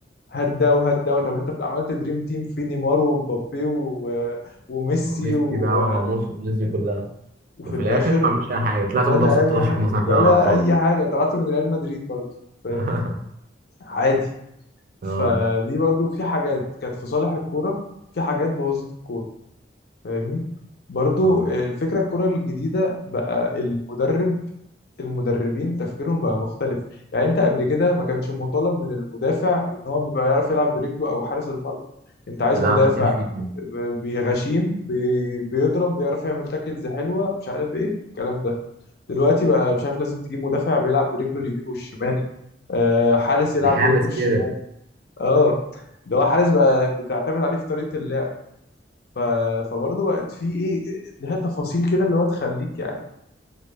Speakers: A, on the left; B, on the right.
A: هات ده وهات ده طب انت عملت دريم تيم في نيمار ومبابي و... وميسي
B: ميسي
A: و...
B: بقى وراموس والناس دي كلها
A: وفي
B: وفي
A: الاخر
B: الاخر ما عملش اي حاجه طلعت
A: ولا
B: من دور 16
A: اي حاجه
B: مثلا في
A: ولا
B: دوري الابطال
A: اي حاجه طلعت من ريال مدريد برضه فاهم
B: <laughs>
A: عادي فدي
B: اه
A: برضه في حاجات كانت في صالح الكوره في حاجات بوظت الكوره فاهمني برضه
B: اه
A: آه، الفكره الكوره الجديده بقى المدرب المدربين تفكيرهم بقى مختلف يعني انت قبل كده ما كانش مطالب من المدافع ان هو بيبقى يعرف يلعب برجله او حارس المرمى انت عايز
B: لا
A: مدافع
B: ما كانش فيه كده
A: بيغشيم بي- بيضرب بيعرف يعمل تاكلز حلوه مش عارف ايه الكلام ده دلوقتي بقى مش عارف لازم تجيب مدافع بيلعب برجله اليمين والشمال آه، حارس يلعب
B: بيحنس
A: برجله الشمال
B: كده
A: اه اللي هو حارس بقى بتعتمد عليه في طريقه اللعب ف... فبرضه بقت في ايه لها تفاصيل كده اللي هو تخليك يعني